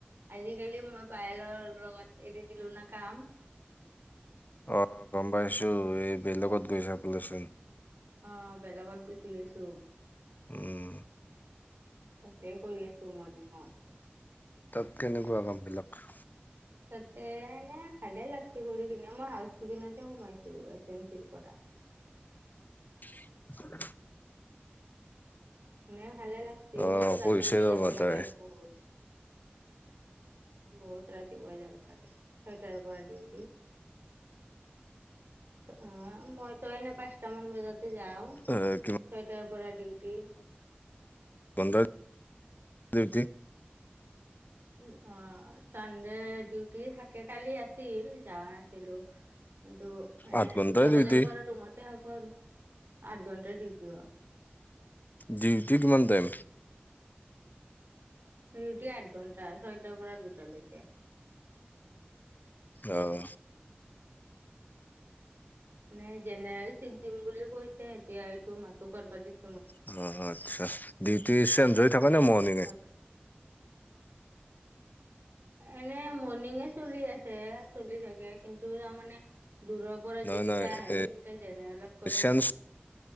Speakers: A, on the right; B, on the left.
A: আজিকালি মই পায়েলৰ লগত এৰি দিলো ন কাম।
B: অ', গম পাইছো। এই বেলেগত গৈছা বোলে চোন।
A: অ', বেলেগত গুচি গৈছো।
B: উম।
A: তাতে কৰি আছো মই ধিংত।
B: তাত কেনেকুৱা কামবিলাক?
A: তাতে এনে ভালে লাগছে কৰি কিনে, মই হাউচ টুকিংত হে সোমাইছো। ফেঞ্চিৰ পৰা।
B: <unintelligible>
A: নে ভালে লাগছে
B: অ
A: কিন্তু ৰাতিপুৱাই
B: কৈছে ৰবা
A: যাব লাগে
B: তাই
A: আৰু বহুত। বহুত ৰাতিপুৱাই যাব লাগে, ছয়টাৰ পৰা ডিউটি। অঁ' মইতো এনেই পাঁচটা মান বজাতে যাওঁ,
B: এ কিমান
A: ছয়টাৰ পৰা ডিউটি।
B: বন্ধৰ <unintelligible> ডিউটি।
A: উম। অঁ' চানডে ডিউটি থাকে, কালি আছিল যোৱা নাছিলো। কিন্তু এনে
B: আঠ ঘন্টাই
A: দুটা
B: ডিউটি
A: বজাৰ পৰা ৰুমতে থাকো আৰু আঠ ঘণ্টা ডিউটি।
B: ডিউটি কিমান টাইম?
A: ডিউটি আঠ ঘণ্টাৰ, ছয়টাৰ পৰা দুটালৈকে।
B: অঁ।
A: নে জেনেৰেল চিপ দিম বুলি কৈছে এতিয়া এইটো মাহটো কৰিব দি
B: অঁ অঁ' আচ্ছা' ডিউটি <unintelligible> থাকা নে মৰ্ণিঙে?
A: পিছত <inaudible> এনে মৰ্ণিঙে চলি আছে চলি থাকে কিন্তু তাৰমানে দূৰ পৰা
B: নহয়
A: যিকেইটা
B: নহয়
A: আহে সেইকেইটাই
B: এ
A: জেনেৰেলত কৰে
B: চেঞ্জটো
A: আৰু।